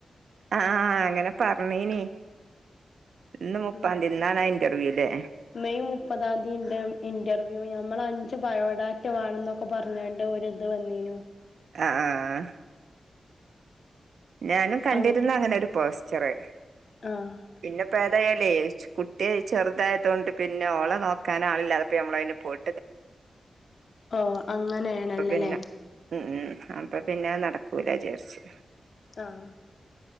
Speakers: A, on the right; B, on the left.
A: ആഹ് അങ്ങനെ പറഞ്ഞേന് ഇന്ന് മുപ്പാംതീ
B: ഉം
A: ഇന്നാണ് ആഹ് ഇന്റർവ്യൂല്ലേ
B: മെയ് മുപ്പതാം തീയിണ്ട് ഇന്റർവ്യൂ ഞമ്മള് അഞ്ച് ബയോഡാറ്റ വേണോന്നൊ ക്കെ പറഞ്ഞാണ്ട് ഒരിത് വന്നീനു
A: ആഹ് ഞാനും കണ്ടിരുന്ന്
B: അങ്ങ്
A: അങ്ങനെ ഒരു പോസ്റ്ററ്
B: ആഹ്
A: പിന്നിപ്പം ഏതായാലേ കുട്ടിയെ ചെറുതായതുകൊണ്ട് പിന്നെ ഓളെ നോക്കാൻ ആളില്ലാതിപ്പോ ഞമ്മളതിന് പോയി
B: ഓ അങ്ങനെയാണല്ലോല്ലേ
A: അപ്പൊ പിന്നെ ഉം ഉം അപ്പൊ പിന്നെ അത് നടക്കൂല വിചാരിച്ച്
B: ആഹ്